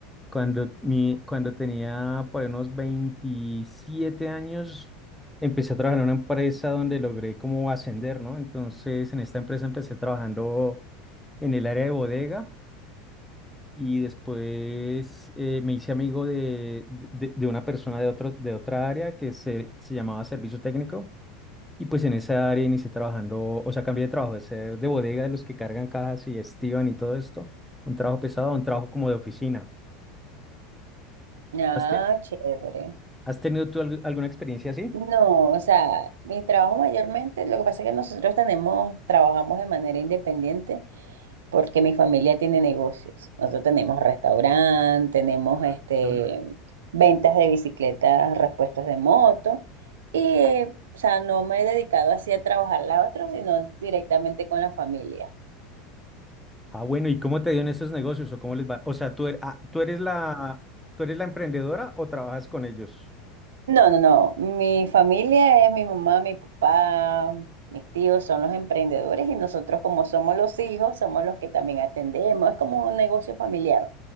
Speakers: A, in the centre; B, on the right (about 85°).
A: cuando, mi, cuando tenía por ahí unos 27 años, empecé a trabajar en una empresa donde logré como ascender, ¿no? Entonces, en esta empresa empecé trabajando en el área de bodega y después eh, me hice amigo de, de, de- de una persona de, otro, de otra área que se, se llamaba servicio técnico. Y pues en esa área inicié trabajando, o sea, cambié de trabajo de ser de bodega de los que cargan cajas y estiban y todo esto, un trabajo pesado, a un trabajo como de oficina.
B: Ah,
A: ¿Has, te-
B: chévere.
A: has tenido tú algu- alguna experiencia así?
B: No, o sea, mi trabajo mayormente, lo que pasa es que nosotros tenemos, trabajamos de manera independiente porque mi familia tiene negocios. Nosotros tenemos restaurante, tenemos
A: Ah,
B: este
A: chévere.
B: ventas de bicicletas, repuestos de moto y, o sea, no me he dedicado así a trabajar la otra, sino directamente con la familia.
A: Ah, bueno, ¿y cómo te dio en esos negocios o cómo les va? O sea, tú eres, tú eres la, tú eres la emprendedora o trabajas con ellos?
B: No, no, no. Mi familia es mi mamá, mi papá, mis tíos son los emprendedores y nosotros como somos los hijos, somos los que también atendemos. Es como un negocio familiar.